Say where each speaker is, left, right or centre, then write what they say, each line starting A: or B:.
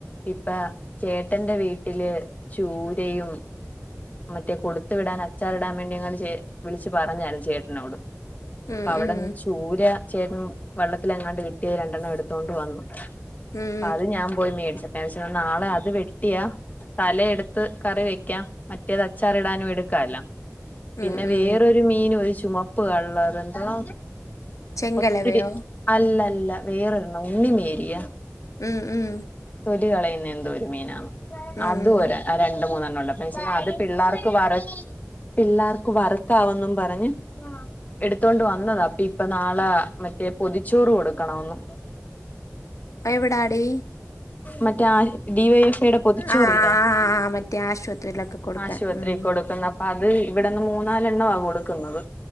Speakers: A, on the left; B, on the left.
A: ഇപ്പ ചേട്ടന്റെ വീട്ടില് ചൂരയും മറ്റേ കൊടുത്ത് വിടാൻ അച്ചാറി ടാൻ വേണ്ടി അങ്ങ വിളിച്ച് പറഞ്ഞാരുന്ന് ചേട്ടനോട് അപ്പൊ
B: ഉം
A: അവിടെന്ന്
B: ഉം
A: ചൂര ചേട്ടൻ വെള്ളത്തിലെങ്ങാണ്ട് കിട്ടിയത് രണ്ടെണ്ണം എടുത്തോണ്ട് വന്നു.
B: ഉം
A: അത് ഞാൻ പോയി മേടിച്ച് അപ്പൊ ഞൻ വിചാരിച്ച് നാളെ അത് വെട്ടിയാ തല എടുത്ത് ത്ത് കറി വെക്കാം മറ്റേത് അച്ചാറിടാനും എടുക്കാല്ലോ പിന്നെ
B: ഉം ഉം
A: വേറൊരു
B: ഉം
A: ഒരു മീനും ഒരു ചുമപ്പ് കള്ളറ് എന്തുവ
B: ചെങ്കലവയോ
A: ഒത്തിരി അല്ലല്ല വേറൊരണ്ണം ഉണ്ണി മേരിയ
B: ഉം ഉം
A: തൊലി കളയുന്ന എന്തോ ഒരു മീനാണ്
B: ഉം
A: അതും ഒരാ ആഹ് രണ്ട് മൂന്നെണ്ണം ഉണ്ട് അപ്പ ഞാ വിചാച്ച് അത് പിള്ളേർക്ക് വറ പിള്ളാർക്ക് വറക്കാവന്നും പറഞ്ഞ് എടുത്തോണ്ട് വന്നതാ അപ്പൊ ഇപ്പ നാളെ മറ്റേ പൊതിച്ചോറ് കൊടുക്കണോന്ന്.
B: എവിടാടി?
A: മറ്റേ ഡി വൈ എഫ് എ ടെ പൊ തിച്ചോറി
B: ആ ആ
A: ല്ലേ
B: ആ മറ്റേ ആശുപത്രിയിലൊക്കെ കൊടുക്കാൻ
A: ആശുപത്രി
B: ഉം
A: കൊടുക്കുന്ന അപ്പ അത് ഇവിടെന്ന് മൂന്നാലെണ്ണ ആ കൊടുക്കുന്നത്